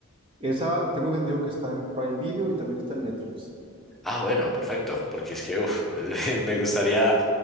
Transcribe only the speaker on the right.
Esa tengo entendido que está en Prime Video y también está en Netflix.